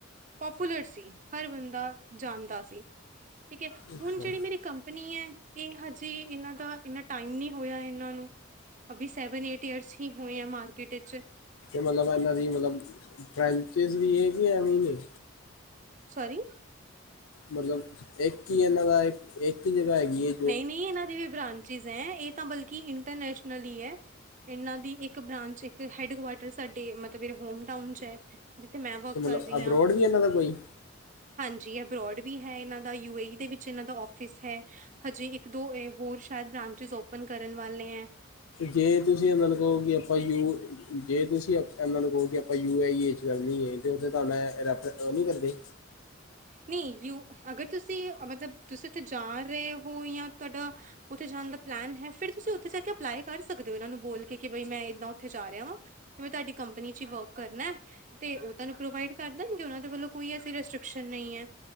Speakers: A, on the right; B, on the left.
A: ਪਾਪੂਲਰ ਸੀ ਹਰ ਬੰਦਾ ਜਾਣਦਾ ਸੀ। ਠੀਕ ਹੈ
B: ਅੱਛਾ
A: ਹੁਣ ਜਿਹੜੀ ਮੇਰੀ ਕੰਪਨੀ ਹੈ ਇਹ ਹਜੇ ਇਹਨਾਂ ਦਾ ਇੰਨਾ ਟਾਈਮ ਨਹੀਂ ਹੋਇਆ ਇਹਨਾਂ ਨੂੰ ਅਭੀ ਸੈਵਨ ਏਟ ਈਅਰਸ ਹੀ ਹੋਏ ਆ ਮਾਰਕੀਟ ਚ
B: ਮਤਲਬ ਇਹਨਾਂ ਦੀ ਮਤਲਬ <unintelligible> ਵੀ ਇਹਨਾਂ ਦੀ ਏ,
A: ਸੋਰੀ,
B: ਮਤਲਬ ਇੱਕ ਹੀ ਇਹਨਾਂ ਦਾ ਇੱਕ ਹੀ ਜਗ੍ਹਾ ਹੈਗੀ ਏ।
A: ਨਹੀਂ-ਨਹੀਂ, ਇਹਨਾਂ ਦੀ ਵੀ ਬਰਾਂਚ ਚੀਜ਼ ਹੈ ਇਹ ਤਾਂ ਬਲਕਿ ਇੰਟਰਨੈਸ਼ਨਲ ਹੀ ਹੈ ਇਹਨਾਂ ਦੀ ਇੱਕ ਬ੍ਰਾਂਚ ਇੱਕ ਹੈਡਕੁ ਸਾਡੇ ਮਤਲਬ ਹੋਮ ਟਾਊਨ ਚ ਆ ਜਿਥੇ ਮੈਂ ਵਰਕ
B: ਤੇ ਮਤਲਬ
A: ਕਰ ਰਹੀ
B: ਅਬਰੋਡ
A: ਹਾਂ।
B: ਇਹਨਾਂ ਦਾ ਕੋਈ,
A: ਹਾਂਜੀ ਅਬਰੋਡ ਵੀ ਹੈ ਇਹਨਾਂ ਦਾ ਯੂ ਏ ਈ ਦੇ ਵਿੱਚ ਇਹਨਾਂ ਦਾ ਔਫਿਸ ਹੈ। ਹਜੇ ਇੱਕ ਦੋ ਹੋਰ ਸ਼ਾਇਦ ਬ੍ਰਾਂਚਿਸ ਓਪਨ ਕਰਨ ਵਾਲੇ ਐ।
B: ਜੇ ਤੁਸੀਂ ਇਹਨਾਂ ਨੂੰ ਕਹੋਗੇ ਕਿ ਆਪਾਂ ਯੂ ਜੇ ਤੁਸੀਂ ਇਹਨਾਂ ਨੂੰ ਕਹੋ ਕਿ ਆਪਾਂ ਯੂ ਆਈ ਏ ਚ ਕਰਨੀ ਏ ਤੇ ਉੱਥੇ ਤੁਹਾਡਾ ਰੱਖ ਨੀ ਕਰਦੇ,
A: ਨਹੀ ਯ ਅਗਰ ਤੁਸੀਂ ਮਤਲਬ ਤੁਸੀਂ ਉੱਥੇ ਜਾ ਰਹੇ ਹੋ ਜਾਂ ਤੁਹਾਡਾ, ਉੱਥੇ ਜਾਣ ਦਾ ਪਲੈਨ ਹੈ, ਫਿਰ ਤੁਸੀ ਉੱਥੇ ਜਾ ਕੇ ਅਪਲਾਈ ਕਰ ਸਕਦੇ ਹੋ ਇਹਨਾਂ ਨੂੰ ਬੋਲ ਕੇ ਬਈ ਮੈਂ ਇਦਾਂ ਉੱਥੇ ਜਾ ਰਿਹਾ ਵਾਂ। ਮੈਂ ਤੁਹਾਡੀ ਕੰਪਨੀ ਚ ਹੀ ਵਰਕ ਕਰਨਾ। ਤੇ ਉਹ ਤੁਨੂੰ ਪ੍ਰੋਵਾਡ ਕਰ ਦੇਣ ਗੇ ਉਹਨਾਂ ਦੇ ਵਲੋਂ ਕੋਈ ਐਸੀ ਰਸਟ੍ਰਰਿਕਸ਼ਨ ਨੲੀ ਆ।